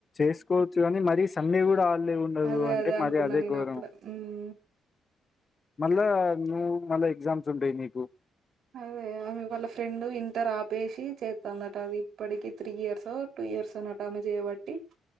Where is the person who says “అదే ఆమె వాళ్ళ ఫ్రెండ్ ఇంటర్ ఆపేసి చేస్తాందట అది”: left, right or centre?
Right